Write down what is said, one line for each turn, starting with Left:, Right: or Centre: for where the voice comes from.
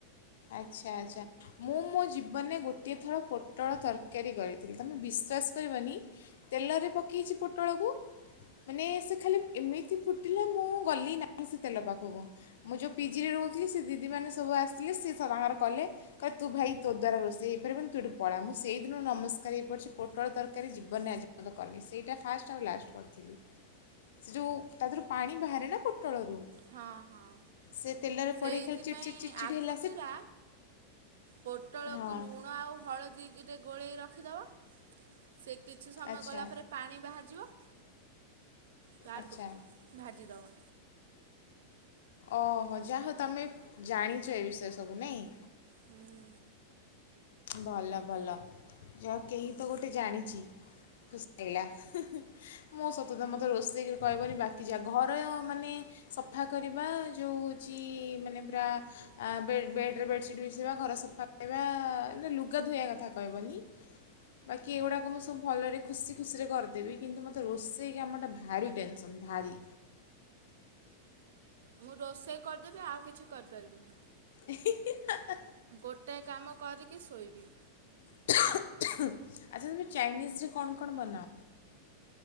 Left: ଆଚ୍ଛା ଆଚ୍ଛା ମୁଁ ମୋ ଜୀବନରେ ଗୋଟିଏ ଥର ପୋଟଳ ତରକାରୀ କରି ଥିଲି ତମେ ବିଶ୍ୱାସ କରିବନି ତେଲରେ ପକେଇଚି ପୋଟଳକୁ ମାନେ ସେ ଖାଲି ଏମିତି ଫୁଟିଲା ମୁଁ ଗଲି ନାହିଁ ସେ ତେଲ ପାଖକୁ ମୁଁ ଯଉ ପିଜିରେ ରହୁ ସେ ଦିଦି ମାନେ ସବୁ ଆସିଲେ ସେ ତାଙ୍କର କଲେ କହିଲେ ତୁ ଭାଇ ତୋ ଦ୍ୱାରା ରୋଷେଇ ହେଇପାରିବନ ତୁ ଏଠୁ ପଳା ମୁଁ ସେଇଦିନରୁ ନମସ୍କାର ହେଇପଡିଚି ପୋଟଳ ତରକାରୀ ଜୀବନରେ ଆଜି ପର୍ଯ୍ୟନ୍ତ କରିନି ସେଇଟା ଫାଷ୍ଟ୍ ଆଉ ଲାଷ୍ଟ୍। କରିଥିଲି ସେ ଯଉ ତା ଦେହରୁ ପାଣି ବାହାରେ ନା ପୋଟଳରୁ
Right: ହଁ -ହଁ
Left: ସେ ତେଲରେ
Right: ସେଇଥିପାଇଁ
Left: ପଡ଼େଇ ଖାଲି ଚିଡ଼ ଚିଡ଼ ଚିଡ଼ ଚିଡ଼
Right: ଆଗତୁରା
Left: ହେଲା ସେ
Right: ପୋଟଳକୁ
Left: ହଁ
Right: ଲୁଣ ଆଉ ହଳଦୀରେ ଗୋଳେଇ ରଖିଦବ ସେ କିଛି ସମୟ
Left: ଆଚ୍ଛା
Right: ଗଲା ପରେ ପାଣି ବାହାରିଯିବ <unintelligible>
Left: ଆଚ୍ଛା
Right: ଭାଜି ଦବ।
Left: ଓହୋ-ଯାହଉ ତମେ ଜାଣିଚ ଏ ବିଷୟରେ ସବୁ ନାଇଁ।
Right: ହୁଁ।
Left: ଭଲ ଭଲ ଯାହଉ କେହି ତ ଗୋଟେ ଜାଣିଚି। ଫୁସ୍କେଇଲା ହେଁ -ହେଁ। ମୁଁ ସତକଥା ମତେ ରୋଷେଇ କହିବନି ବାକି ଯାହା ଘରେ ଅ-ମାନେ ସଫା କରିବା ଯଉ ହଉଚି ମାନେ ପୁରା ଆ- ବେଡ୍- ବେଡ୍ ରେ ବେଡସିଟ୍ ବିଛେଇବା ଘର ସଫା କରିବା, କିନ୍ତୁ ଲୁଗା ଧୋଇବା କଥା କହିବନି। ବାକି ଏଗୁଡାକ ମୁଁ ସବ୍ ତୁ ଭଲରେ ଖୁସି ଖୁସିରେ କରଦେବି କିନ୍ତୁ ମତେ ରୋଷେଇ କାମଟା ଭାରି ଟେନସନ୍ ଭାରି
Right: ମୁଁ ରୋଷେଇ କରିଦେବି ଆଉ କିଛି କରିପାରିବିନି।
Left: ଏ-ହି- ହାଁ-ହାଁ।
Right: ଗୋଟାଏ କାମ କରିକି ଶୋଇବି।
Left: ଆଚ୍ଛା ତୁମେ ଚାଇନିଜ୍ ରେ କଣ କଣ ବନାଅ?